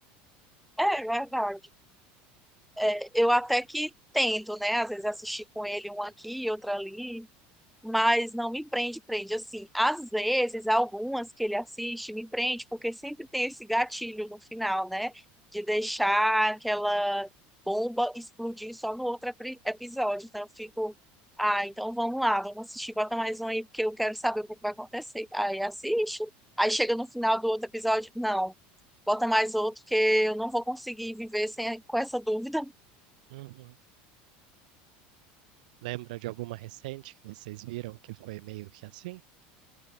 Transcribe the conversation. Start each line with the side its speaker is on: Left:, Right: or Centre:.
Centre: É verdade. É, eu até que tento, né? Às vezes assistir com ele um aqui e outro ali. mas não me prende, prende assim. Às vezes, algumas que ele assiste me prende, porque sempre tem esse gatilho no final, né? De deixar aquela bomba explodir só no outro epi- episódio. Então, eu fico, ah, então vamos lá, vamos assistir, bota mais um aí, porque eu quero saber o que vai acontecer. Aí assiste, aí chega no final do outro episódio, não. Bota mais outro, que eu não vou conseguir viver sem, com essa dúvida.
Right: Uhum. Lembra de alguma recente que vocês viram que foi meio que assim?